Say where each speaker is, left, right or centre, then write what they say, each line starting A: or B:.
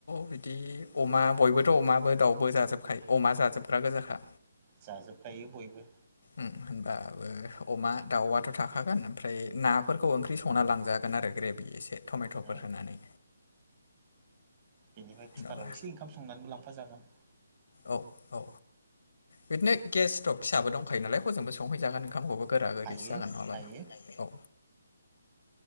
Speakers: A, on the left (about 70°); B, on the right (about 30°).
A: बिदि अमा बयबोथ' अमाबो दाउबो जाजोबखायो। अमा जाजोबग्रा गोजाखा।
B: जाजोबखायो बयबो।
A: उम होनबाबो अमा दाउआथ' थाखागोन ओमफ्राय नाफोरखौ ओंख्रि संना लांजा गोन आरो ग्रेबि एसे टमेटफोर
B: ओ
A: होनानै।
B: बेनिफ्राय
A: जेन'बा
B: कुकाराव एसे ओंखाम संनानैबो लांफाजागोन।
A: औ औ बिदिनो गेस स्टभ फिसाबो दंखायो नालाय हजोंबो संहैजागोन ओंखामखौबो। गोरा गोरिसो
B: हायो
A: जागोन नङाब्ला
B: हायो
A: औ।